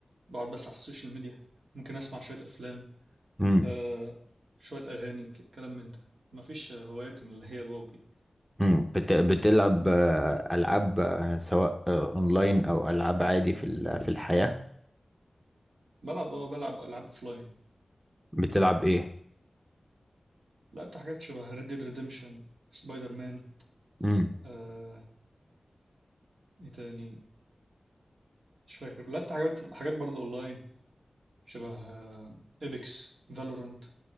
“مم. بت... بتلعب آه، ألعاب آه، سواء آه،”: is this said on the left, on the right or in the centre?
Centre